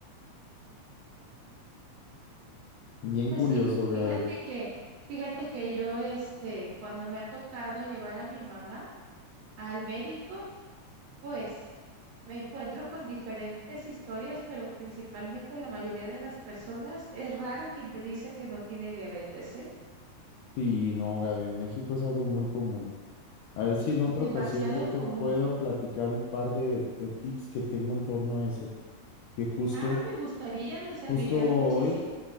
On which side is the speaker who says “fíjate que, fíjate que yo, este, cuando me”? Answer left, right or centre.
Right